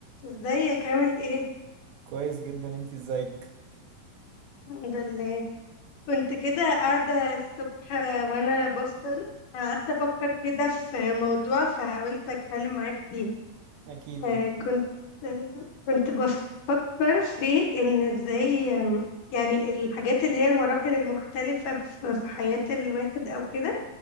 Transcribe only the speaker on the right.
كويس جدا انت ازيك
اكيد
و...